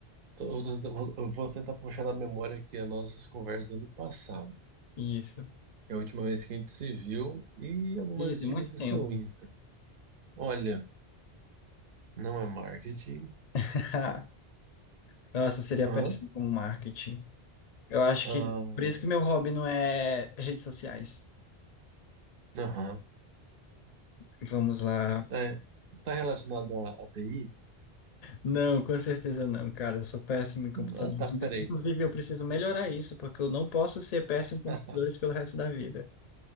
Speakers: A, on the right; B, on the left.
A: Tô- eu tô- eu vou tentar puxar na memória aqui as nossas conversas do ano passado,
B: Isso.
A: que é a última vez que a gente se viu, e algumas
B: Ih, tem
A: dicas
B: muito
A: do
B: tempo.
A: seu Insta. Olha, não é marketing,
B: <laughs> Nossa, seria
A: hã?
B: péssimo como marketing. Eu acho
A: Ah,
B: que por isso que meu hobby não é redes sociais.
A: Aham.
B: Vamos lá.
A: Tá, tá relacionado à, à TI?
B: Não, com certeza não, cara. Eu sou péssimo em computadores.
A: Ah, tá,
B: Mas,
A: peraí.
B: Inclusive, eu preciso melhorar isso, porque eu não posso ser péssimo
A: <laughs>
B: em computadores pelo resto da vida.